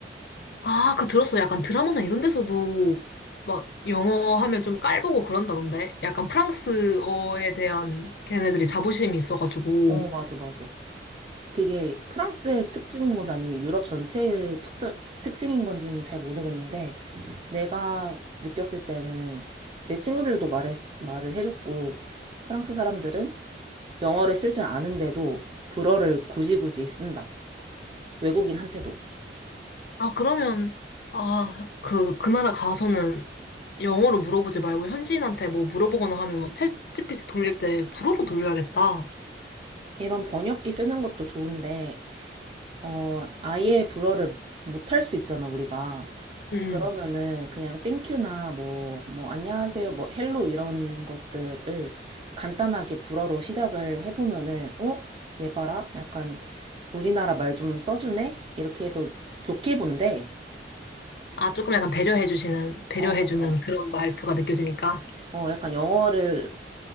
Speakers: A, on the left; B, on the right.
A: 아, 그 들었어. 약간 드라마나 이런 데서도 막 영어 하면 좀 깔보고 그런다던데. 약간 프랑스어에 대한 걔네들이 자부심이 있어가지고.
B: 어, 맞아, 맞아. 그게 프랑스의 특징인 건지 아니면 유럽 전체의 특, 특징인 건지는 잘 모르겠는데 음. 내가 느꼈을 때는 내 친구들도 말을, 말을 해줬고 프랑스 사람들은 영어를 쓸 줄 아는데도 불어를 굳이 굳이 쓴다. 외국인한테도.
A: 아, 그러면, 아, 그, 그 나라 가서는 영어로 물어보지 말고 현지인한테 뭐 물어보거나 하면 뭐 챗지피 t 돌릴 때 불어로 돌려야겠다.
B: 이런 번역기 쓰는 것도 좋은데, 어, 아예 불어를 못할 수 있잖아, 우리가.
A: 응. 응.
B: 그러면은 그냥 땡큐나 뭐, 뭐, 안녕하세요, 뭐, 헬로 이런 것들을 간단하게 불어로 시작을 해보면은, 어? 얘 봐라? 약간 우리나라 말 좀 써주네? 이렇게 해서 좋게 본대.
A: 아, 조금 약간 배려해주시는, 배려해주는
B: 어, 그래서.
A: 그런 말투가 느껴지니까.
B: 어, 약간 영어를